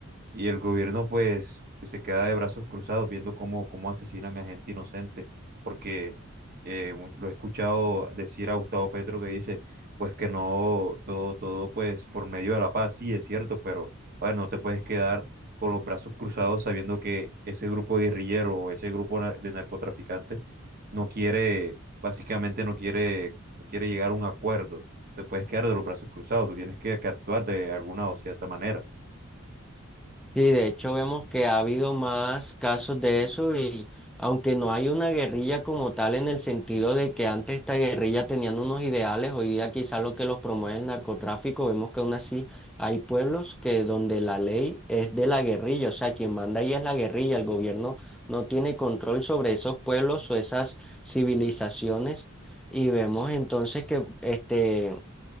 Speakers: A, on the right (about 45°); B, in the centre.
A: Y el gobierno pues se queda de brazos cruzados viendo cómo, cómo asesinan a gente inocente, porque eh, mu- lo he escuchado decir a Gustavo Petro que dice pues que no, todo, todo pues por medio de la paz, sí es cierto, pero a ver, no te puedes quedar con los brazos cruzados sabiendo que ese grupo guerrillero o ese grupo na- de narcotraficantes no quiere, básicamente no quiere, no quiere llegar a un acuerdo. Te puedes quedar de los brazos cruzados, tú tienes que, que actuar de alguna o cierta manera.
B: Sí, de hecho vemos que ha habido más casos de eso y aunque no hay una guerrilla como tal en el sentido de que antes esta guerrilla tenían unos ideales, hoy día quizás lo que los promueve es el narcotráfico, vemos que aún así hay pueblos que donde la ley es de la guerrilla, o sea, quien manda ahí es la guerrilla, el gobierno no tiene control sobre esos pueblos o esas civilizaciones y vemos entonces que este